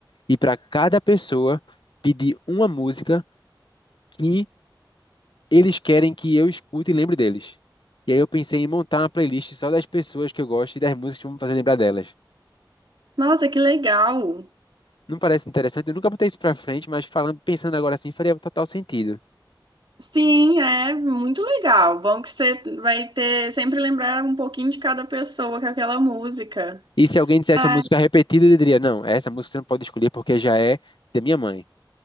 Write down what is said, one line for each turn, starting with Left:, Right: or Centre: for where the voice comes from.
Left: E pra cada pessoa pedir uma música que eles querem que eu escute e lembre deles. E aí eu pensei em montar uma playlist só das pessoas que eu gosto e das músicas que vão me fazer lembrar delas.
Right: Nossa, que legal!
Left: Não parece interessante? Eu nunca botei isso pra frente, mas falando, pensando agora assim, faria total sentido.
Right: Sim, é muito legal. Bom que você vai ter sempre lembrar um pouquinho de cada pessoa com aquela música.
Left: E se alguém dissesse
Right: É.
Left: uma música repetida, eu diria, não, essa música você não pode escolher porque já é da minha mãe.